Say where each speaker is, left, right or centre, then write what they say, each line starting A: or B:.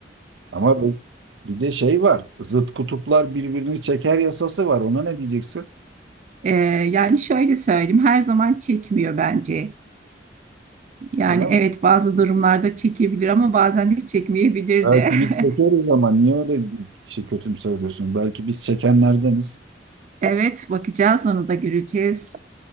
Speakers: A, on the right; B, on the right.
A: Ama bu- bir de şey var. Zıt kutuplar birbirini çeker yasası var. Ona ne diyeceksin?
B: Ee, yani şöyle söyleyeyim, her zaman çekmiyor bence. Yani
A: Öyle
B: evet bazı durumlarda çekebilir ama bazen de çekmeyebilir
A: Belki
B: de.
A: biz çekeriz
B: <laughs>
A: ama niye öyle şey kötümseriyorsun? Belki biz çekenlerdeniz.
B: Evet bakacağız onu da göreceğiz.